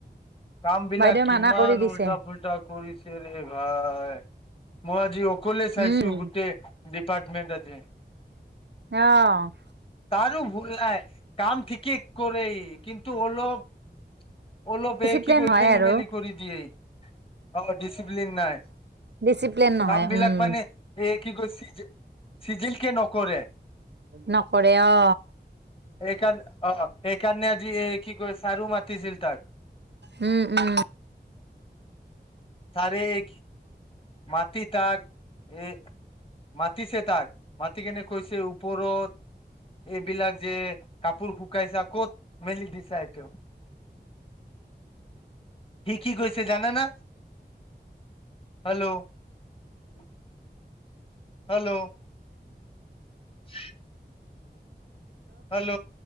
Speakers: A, on the left; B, on the right.
A: কামবিলাক
B: বাইদেউ
A: কিমান
B: মানা কৰি দিছে
A: উল্টা ফুল্টা কৰিছে ৰে ভাই। মই আজি অকলে চাইছোঁ
B: উম
A: গোটেই ডিপাৰটমেন্ট আজি।
B: অহ।
A: তাৰো ভুল নাই, কাম ঠিকেই কৰে সি কিন্তু অলপ অলপ
B: ডিচিপ্লিন
A: এই কি কৰে,
B: হয়
A: খেলি
B: আৰু
A: মেলি কৰি দিয়ে সি। অ' ডিচিপ্লিন নাই
B: ডিচিপ্লিন নহয়
A: কাম বিলাক
B: উম
A: মানে এই কি কৰিছ যে চিগিল নকৰে,
B: নকৰে অ
A: সকাৰ অ' সকাৰ এ কি কয় চাৰু মাতিছিল তাক।
B: উম উম।
A: তাৰিখ মাট তাক এ মাতিছে তাক। মাতি কেনে কৈছে ওপৰত এইবিলাক যে কাপোৰ শুকাইছা ক'ত মেলি দিছা এইটো। কি কি কৈছে জানা না। হেল্ল'। <unintelligible> হেল্ল'। <unintelligible> হেল্ল'।